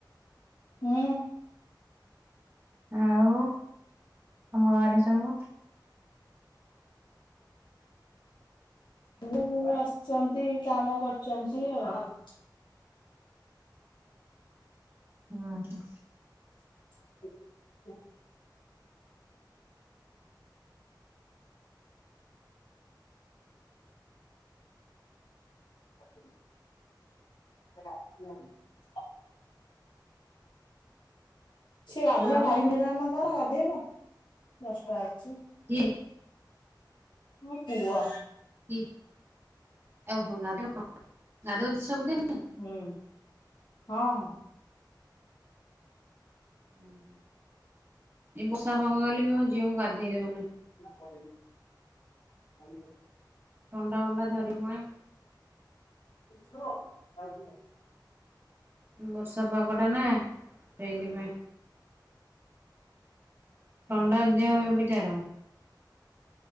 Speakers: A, on the left; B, on the right.
A: ହୁଁ।
B: ଆଉ ତମ ଘରେ ସବୁ?
A: ଉ ଆସଚନ୍ତି କାମ କରୁଚନ୍ତି ଆଉ।
B: ଉଁ ହୁଁ।
A: <inaudible> <inaudible> ସିଏ ଗାଧେୟା
B: ଆଉ
A: ଟାଇମ ହେଲାଣି ନାଁ ପହର ଗାଧେଇବ ଦଶଟା ଆଜିଚି।
B: କିଏ?
A: ମୋ ପୁଅ।
B: କିଏ ଓଃ। ହଁ ଗାଧେଇଅ ଗାଧୋଉଚି ସବୁଦିନି?
A: ହୁଁ ହଁ।
B: ଅଁ ହଁ ଏଇ ବର୍ଷା ପାଗ ହେଲେ ବି ମୋ ଝିଅକୁ ଗାଧେଇ ଦୋଉନି।
A: <unintelligible>
B: ଥଣ୍ଡା ମଣ୍ଡା ଧରିବ ଏଁ
A: ଯିବ <unintelligible>
B: ବର୍ଷା ପାଗ ଟା ନା ସେଇଥିପାଇଁ ଥଣ୍ଡା ଦେହବି ତାର